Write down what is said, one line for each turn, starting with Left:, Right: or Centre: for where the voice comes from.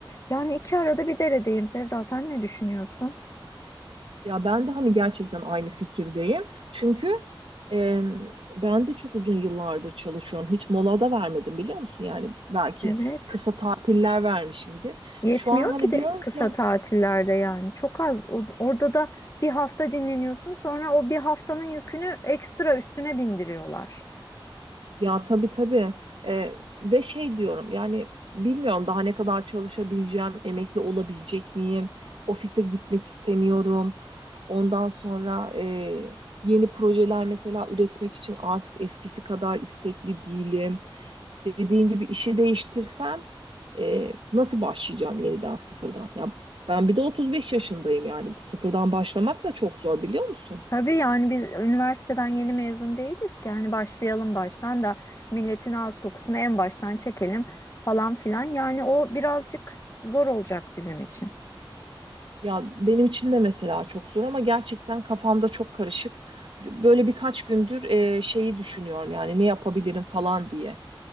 Left: Yani iki arada bir deredeyim Sevda. Sen ne düşünüyorsun?
Right: Ya ben de hani gerçekten aynı fikirdeyim. Çünkü e, ben de çok uzun yıllardır çalışıyorum. Hiç mola da vermedim biliyor musun? Yani belki
Left: Evet.
Right: kısa tatiller vermişimdir.
Left: Yetmiyor
Right: Şu an hani
Left: ki de
Right: diyorum
Left: kısa
Right: ki
Left: tatillerde yani. Çok az. O- Orada da bir hafta dinleniyorsun. Sonra o bir haftanın yükünü ekstra üstüne bindiriyorlar.
Right: Ya tabii tabii Ee, ve şey diyorum yani bilmiyorum daha ne kadar çalışabileceğim, emekli olabilecek miyim, ofise gitmek istemiyorum. Ondan sonra e, yeni projeler mesela üretmek için artık eskisi kadar istekli değilim. Dediğin gibi işi değiştirsem e, nasıl başlayacağım yeniden sıfırdan? Ya ben bir de 35 yaşındayım yani sıfırdan başlamak da çok zor biliyor musun?
Left: Tabii yani biz üniversiteden yeni mezun değiliz ki. Yani başlayalım baştan da milletin ağız kokusunu en baştan çekelim falan filan. Yani o birazcık zor olacak bizim için.
Right: Ya benim için de mesela çok zor ama gerçekten kafamda çok karışık. Böyle birkaç gündür e, şeyi düşünüyorum yani ne yapabilirim falan diye.